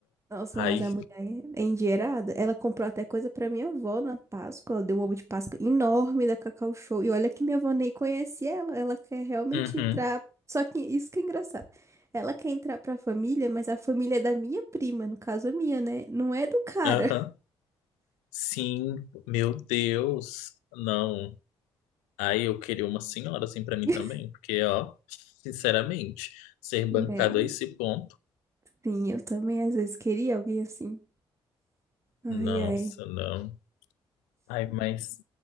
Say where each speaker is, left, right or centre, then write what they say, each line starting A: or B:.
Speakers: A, on the right (about 25°); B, on the left (about 80°).
A: Nossa,
B: Ai.
A: mas a mulher é endinheirada. Ela comprou até coisa pra minha avó na Páscoa. Ela deu um ovo de Páscoa enorme da Cacau Show. E olha que minha avó nem conhece ela. Ela quer realmente
B: Uhum.
A: entrar. Só que isso que é engraçado. Ela quer entrar pra família, mas a família é da minha prima, no caso a minha, né? Não é do cara.
B: Aham. Sim, meu Deus. Não. Aí eu queria uma senhora assim pra mim
A: <laughs>
B: também, porque, ó, sinceramente, ser bancado
A: É,
B: a esse ponto,
A: sim, eu também às vezes queria alguém assim. Ai,
B: nossa,
A: ai.
B: não. Ai, mas,